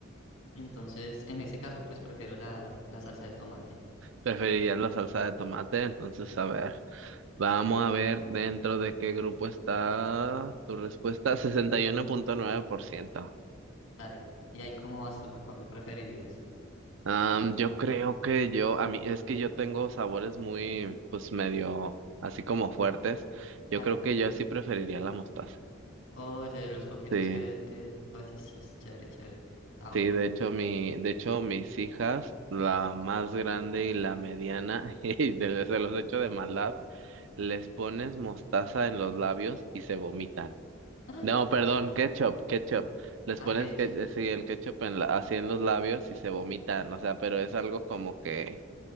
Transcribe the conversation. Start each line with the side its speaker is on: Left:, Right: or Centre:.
Left: entonces, en ese caso, pues prefiero la, la salsa de tomate.
Right: Preferirías la salsa de tomate, entonces
Left: Eh,
Right: a ver, vamos a ver dentro de qué grupo está tu respuesta, 61.9%.
Left: dale, ¿y ahí cómo vas tú? ¿Cuál preferirías?
Right: Am, yo creo que yo, a mí, es que yo tengo sabores muy, pues medio, así como fuertes. Yo
Left: Ah,
Right: creo
Left: ya.
Right: que yo sí preferiría la mostaza.
Left: Oye, los poquitos
Right: Sí,
Left: que, que... Oye, es es chévere, chévere. Ah,
Right: sí,
Left: bueno.
Right: de hecho, mi, de hecho, mis hijas, la más grande y la mediana, <laughs> y de- se los echo de maldad, les pones mostaza en los labios y se vomitan.
Left: Ah,
Right: No,
Left: no
Right: perdón,
Left: sabía.
Right: ketchup, ketchup. Les
Left: Ah,
Right: pones
Left: qué hecho.
Right: que, eh, sí, el ketchup en la- así en los labios y se vomitan. O sea, pero es algo como que